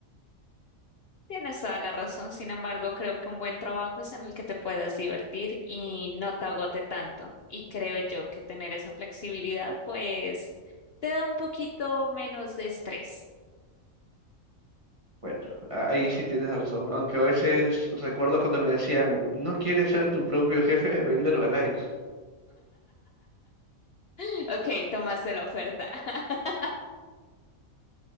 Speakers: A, on the left (about 55°); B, on the right (about 25°).
A: Tienes toda la razón, sin embargo, creo que un buen trabajo es en el que te puedas divertir y no te agote tanto. Y creo yo que tener esa flexibilidad, pues, te da un poquito menos de estrés.
B: Bueno, a- ahí sí tienes razón. Aunque a veces recuerdo cuando me decían, ¿no quieres ser tu propio jefe? Vender Herbalife.
A: <laughs> Ok, tomaste la oferta. <laughs>